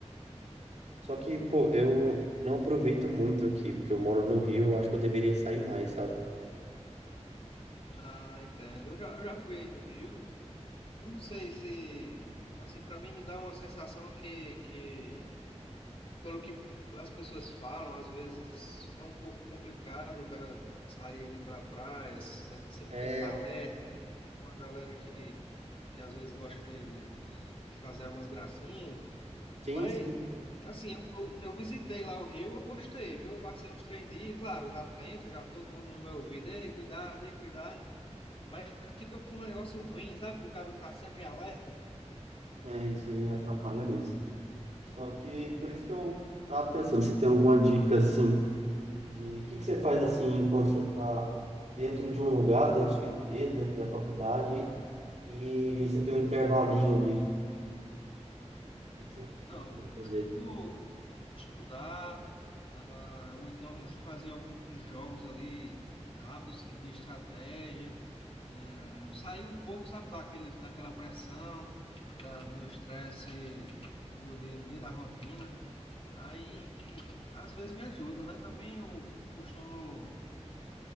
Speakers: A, on the right (about 75°); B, on the left (about 50°).
A: Só que, pô, eu não aproveito muito aqui, porque eu moro no Rio, eu acho que eu deveria sair mais, sabe?
B: Ah, entendo. Eu já, eu já fui aí no Rio. Eu não sei se, assim, para mim me dá uma sensação que, que pelo que as pessoas falam, às vezes é um pouco complicado o cara sair ali para praia, sempre, sempre
A: É,
B: tem que estar alerta, tem uma galera que, que às vezes gosta de, de fazer algumas gracinhas,
A: sim,
B: mas
A: sim.
B: assim, eu, eu visitei lá o Rio, eu gostei, viu? Eu passei uns três dias, claro, já atento, já todo mundo no meu ouvido, ei, cuidado, ei, cuidado, mas fica com um negócio ruim, sabe? Do cara tá sempre em alerta.
A: É, isso aí atrapalha mesmo. Só que por isso que eu tava pensando, se tem alguma dica assim de o que que você faz assim quando você está dentro de um lugar, dentro de sua empresa, dentro da faculdade e você tem um intervalinho ali. O que que você
B: Então,
A: costuma
B: eu costumo
A: fazer?
B: estudar, ah, ou então fazer alguns jogos ali rápidos que de estratégia, ah, sair um pouco, sabe, daquele, daquela pressão, da, do estresse do dia a dia, da rotina. Aí, às vezes me ajuda, né? Também eu costumo